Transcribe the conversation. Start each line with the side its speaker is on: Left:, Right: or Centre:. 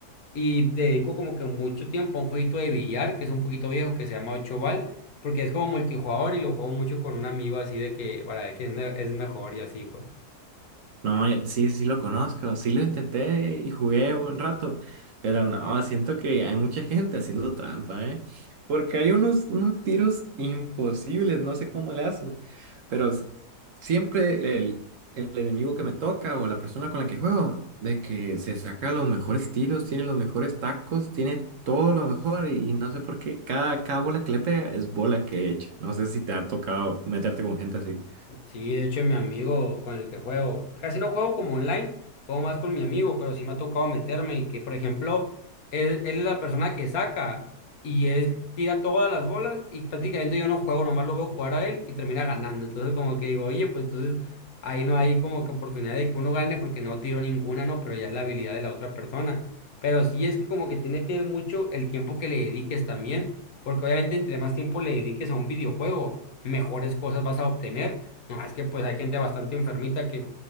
Left: y dedico como que mucho tiempo a un jueguito de billar que es un poquito viejo que se llama Ocho Bal, porque es como multijugador y lo juego mucho con un amigo así de que para ver quién es mejor y así pues.
Right: No, ya- sí, sí lo conozco, sí lo intenté y jugué un rato, pero no, siento que hay mucha gente haciendo trampa, ¿eh? Porque hay unos, unos tiros imposibles, no sé cómo le hacen, pero s- siempre el, el- el enemigo que me toca o la persona con la que juego, de que se saca los mejores tiros, tiene los mejores tacos, tiene todo lo mejor y, y no sé por qué cada, cada bola que le pega es bola que echa. No sé si te ha tocado meterte con gente así.
Left: Sí, de hecho, mi amigo con el que juego, casi no juego como online, juego más con mi amigo, pero sí me ha tocado meterme y que, por ejemplo, él, él es la persona que saca y él tira todas las bolas y prácticamente yo no juego, nomás lo veo jugar a él y termina ganando. Entonces, como que digo, oye, pues entonces ahí no hay como que oportunidad de que uno gane porque no tiro ninguna, ¿no? Pero ya es la habilidad de la otra persona. Pero sí es que como que tiene que ver mucho el tiempo que le dediques también, porque obviamente entre más tiempo le dediques a un videojuego, mejores cosas vas a obtener no, es que pues hay gente bastante enfermita que